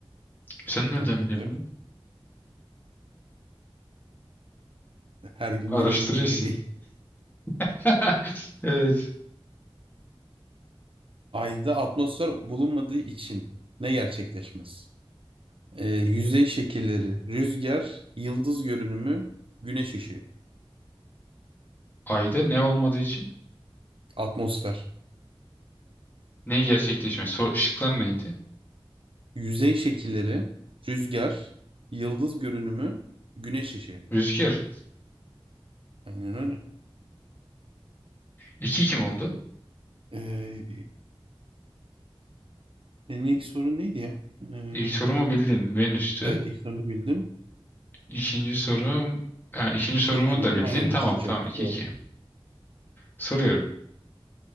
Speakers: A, on the left; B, on the right.
A: Sen nereden
B: Tamamdır.
A: biliyorsun bunu?
B: Her gün
A: Araştırıyorsun.
B: yeni bir bilgi değil.
A: <laughs> Evet.
B: Ayda atmosfer bulunmadığı için ne gerçekleşmez? Ee, yüzey şekilleri, rüzgar, yıldız görünümü, güneş ışığı,
A: Ayda ne olmadığı için
B: atmosfer.
A: ne gerçekleşmez? Sor- Şıklar neydi?
B: Yüzey şekilleri, rüzgar, yıldız görünümü, güneş ışığı.
A: Rüzgar.
B: Aynen öyle.
A: İki kim oldu?
B: Ee, senin ilk sorun neydi ya? Ee,
A: İlk sorumu bildin. Venüs'tü.
B: evet ilk sorunu bildim.
A: İkinci sorum... Ha, ikinci sorumu
B: Şeyi de bildim.
A: da bildin.
B: Aynen
A: Tamam
B: iki iki
A: tamam
B: oldu.
A: 2
B: Doğru.
A: iki. Soruyorum.